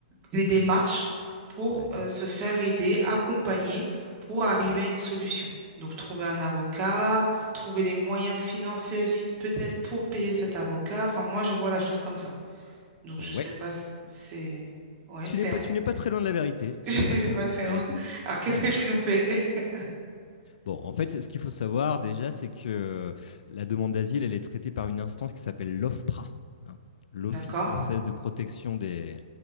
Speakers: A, on the right; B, on the left.
A: les démarches pour
B: Ouais,
A: euh, se faire aider, accompagner pour arriver
B: ouais.
A: à une solution. Donc trouver un avocat, trouver les moyens financiers aussi peut-être pour payer cet avocat. Enfin moi, je vois la chose comme ça. Donc
B: Ouais,
A: je sais pas, si c'est ouais,
B: Tu
A: c'est
B: n'es pas,
A: un-
B: tu n'es pas très loin de la vérité.
A: <laughs> je
B: Tu n'es pas très
A: vais pas
B: loin de
A: très
B: la vérité.
A: loin. Alors qu'est-ce
B: Ouais,
A: que
B: ouais.
A: j'ai loupé? <laughs>
B: Bon, en fait, ce qu'il faut savoir déjà, c'est que euh, la demande d'asile, elle est traitée par une instance qui s'appelle l'OFPRA, hein, l'Office
A: D'accord,
B: française de protection des,